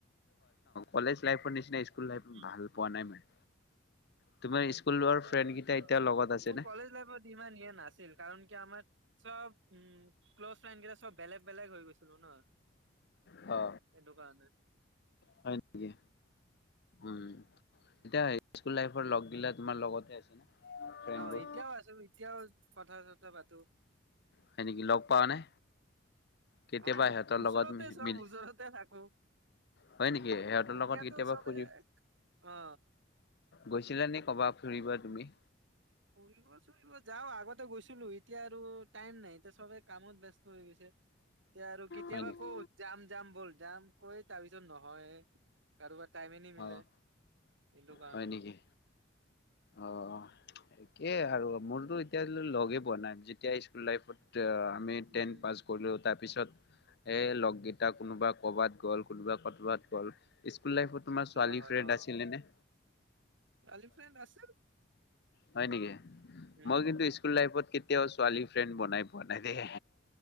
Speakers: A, on the left; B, on the right.
A: কলেজ লাইফৰ নিচিনা স্কুল লাইফ
B: উম।
A: ভাল পোৱা নাই মই। তোমাৰ স্কুলৰ
B: হয়,
A: ফ্ৰেণ্ড কেইটা এতিয়া লগত আছে
B: মোৰ
A: নে?
B: কলেজ লাইফত ইমান দিয়াৰ নাছিল কাৰণ কি আমাৰ চব উম ক্ল'জ ফ্ৰেণ্ড কেইটা চব বেলেগ বেলেগ হৈ গৈছিলো ন।
A: অ
B: হেটো কাৰনে
A: হয় নেকি উম, তেতিয়া স্কুল লাইফৰ লগ দিলা তোমাৰ লগতে আছে ন। ফ্ৰেণ্ডবোৰ
B: অ, তিয়াও আছো এতিয়াও কথা চথা পাতো।
A: হয়' নেকি, লগ পাঅ নে? কেতিয়াবা
B: অ',
A: সিহঁতৰ
B: ওচৰতে
A: লগত
B: চব
A: মিলি
B: ওচৰতে থাকোঁ।
A: হয় নেকি সিহঁতৰ
B: এতিয়াটো
A: লগত কেতিয়াবা
B: চবেই
A: ফুৰি
B: এক অ,
A: গৈছিলা নে, ক'ৰবাত ফুৰিব তুমি?
B: ফুৰিব- চুৰিব যাওঁ আগতে গৈছিলো, এতিয়া আৰু টাইম নাই এতিয়া চবে কামত ব্যস্ত, হৈ গৈছে। এতিয়া আৰু কেতিয়াবা
A: হয় নেকি?
B: কওঁ যাম যাম বল যাম কৈ তাৰ পিছত নহয়ে কাৰোবাৰ টাইমে নিমিলে
A: অ'
B: হেইটো কাৰণে,
A: হয় নেকি? অ' একেই আৰু মোৰটো এতিয়া লৈ লগেই পোৱা নাই। যেতিয়া স্কুল লাইফত যেতিয়া আমি
B: উম,
A: টেন পাছ কৰিলোঁ তাৰপিছত, এই লগকেইটা কোনোবা ক'ৰবাত গ'ল কোনোবা ক'ৰবাত গ'ল। স্কুল লাইফত তোমাৰ
B: সেইটো
A: ছোৱালী
B: হয়
A: ফ্ৰেড
B: অ'।
A: আছিলে নে?
B: ছোৱালী ফ্ৰেণ্ড আছিল।
A: হয় নেকি?
B: উম,
A: মই কিন্তু স্কুল লাইফত কেতিয়াও ছোৱালী ফ্ৰেণ্ড বনাই পোৱা নাই দেই।